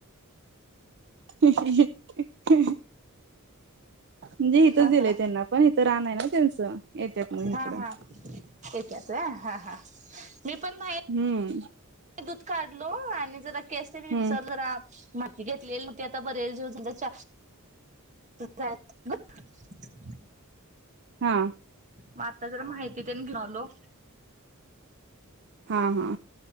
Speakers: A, on the right; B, on the right.
A: <unintelligible> म्हणजे हिथंच
B: हा
A: दिलंय
B: हा
A: त्यांना पण... हिथं रान ए ना त्यांचं... येत्यात मग हिकडं.
B: हा हा येत्यात व्हय... हा हा मी पण न्ह्याई
A: हुं.
B: मी दूध काढलो... आणि जरा केस तेन विंचारलो
A: हम्म
B: जरा माहिती घेतलीली होती... आता बरेच दिवस झालं <unintelligible> <unintelligible>
A: हा.
B: मग आता जरा माहिती तेन घेऊन आलो.
A: हा हा...